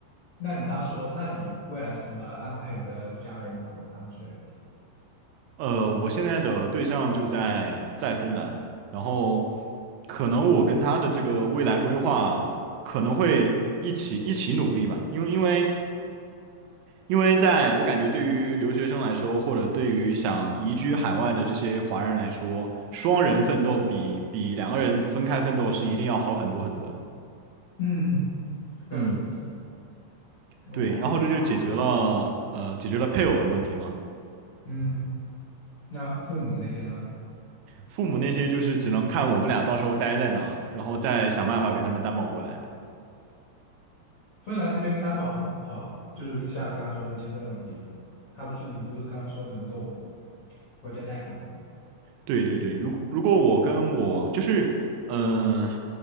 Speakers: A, on the left; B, on the right.
A: 那你到时候，那你未来是怎么安排你的家人、朋友他们之类的？
B: 呃，我现在的对象就在在芬兰，然后可能我跟他的这个未来规划可能会一起一起努力吧，因为因为因为在我感觉对于留学生来说，或者对于想移居海外的这些华人来说，双人奋斗比比两个人分开奋斗是一定要好很多很多的。
A: 嗯，确实。
B: 嗯。
A: 哦，
B: 对，然后这就解决了呃解决了配偶的问题嘛。
A: 那我明白了。嗯，那父母那些呢？
B: 父母那些就是只能看我们俩到时候待在哪了，然后再想办法给他们担保过来。
A: 芬兰这边担保好，好，就是像你刚刚说的签证问题，他不是你不是刚刚说能够拖家带口吗？
B: 对对对，如果如果我跟我就是嗯、呃